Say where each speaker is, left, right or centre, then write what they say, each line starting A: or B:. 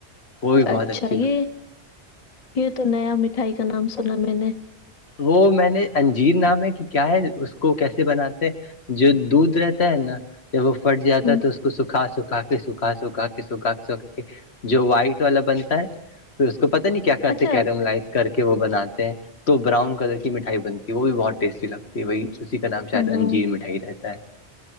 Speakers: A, on the left; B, on the left.
A: وہ بھی
B: اچھا
A: بہت اچھی
B: یہ
A: لگتی ہے
B: یہ تو نیا مٹھائی کا نام سنا میں نے
A: وہ میں نے انجیر نام ہے کہ کیا ہے اس کو کیسے بناتے ہیں جو دودھ رہتا ہے نا جب وہ پھٹ جاتا
B: ہوں
A: ہے تو اس کو سکھا سکھا کے سکھا سکھا کے سکھا کے سکھا کے جو وائٹ والا بنتا ہے پھر اس کو پتہ نہیں کیا کرتے
B: اچھا
A: کیرم لائز کر کے وہ بناتے ہیں تو براؤن کلر کی مٹھائی بنتی ہے وہ بھی بہت ٹیسٹی لگتی ہے وہی اسی کا نام شاید
B: ہاں
A: انجیر مٹھائی رہتا ہے